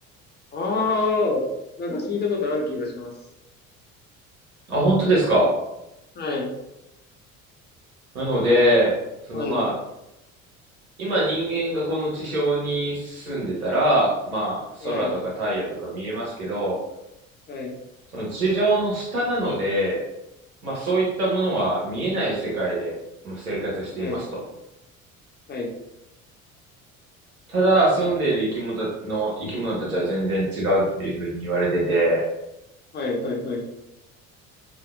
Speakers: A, on the left; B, on the right.
A: ああ、なんか聞いたことある気がします。
B: あ、本当ですか
A: はい、
B: なので、そのま
A: はい、
B: 今人間がこの地表に住んでたら、まあ空とか太陽とか見えますけど、
A: はい、はい、
B: その地上の下なので、まあそういったものは見えない世界でまあ生活していますと。
A: はい、はい、
B: ただ住んでいる生き物たの生き物たちは全然違うっていうふうに言われてて、
A: はい、はい、はい。